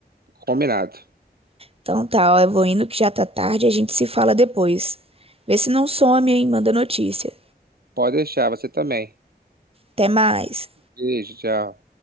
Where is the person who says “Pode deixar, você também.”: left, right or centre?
Right